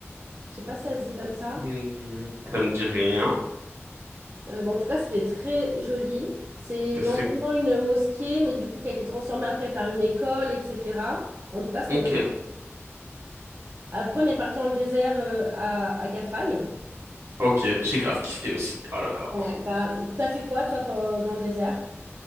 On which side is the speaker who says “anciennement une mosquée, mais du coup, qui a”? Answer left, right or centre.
Right